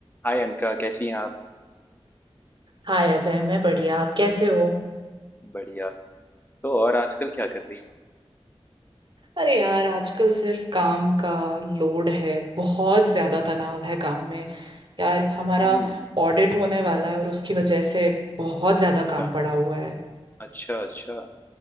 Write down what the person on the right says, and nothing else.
हाय अभय मैं बढ़िया आप कैसे हो
अरे यार आजकल सिर्फ काम का लोड है बहुत ज्यादा तनाव है काम में यार हमारा
ऑडिट होने वाला है और उसकी वजह से बहुत ज्यादा
काम पड़ा हुआ है